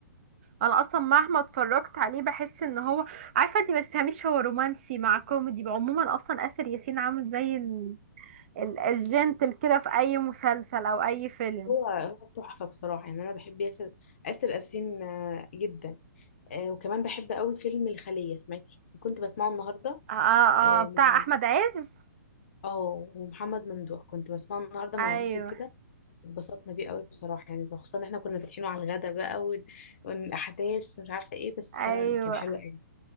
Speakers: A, on the right; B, on the left.
A: انا اصلا مهما اتفرجت عليه بحس ان هو عارفه انت ما تفهميش هو رومانسي مع كوميدي عموما اصلا اسر ياسين عامل زي ال... ال... الجنتل كده في اي مسلسل او اي فيلم
B: هو هو تحفه بصراحه يعني انا بحب ياسر آسر ياسين آه، جدا آه، وكمان بحب قوي فيلم الخليه سمعتي كنت بسمعه النهارده
A: اه اه
B: اه
A: آه، بتاع احمد عز
B: آه، ومحمد ممدوح كنت بسمعه النهارده
A: ايوه
B: مع عيلتي وكده اتبسطنا بيه قوي بصراحة يعني خصوصا ان احنا كنا فاتحينه على الغدا بقى وال- والاحداث مش عارفة ايه بس
A: ايوه
B: كان كان حلو قوي